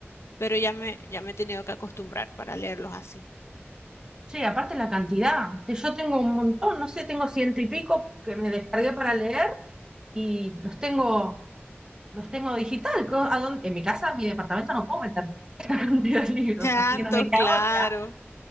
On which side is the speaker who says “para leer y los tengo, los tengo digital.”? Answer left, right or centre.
Right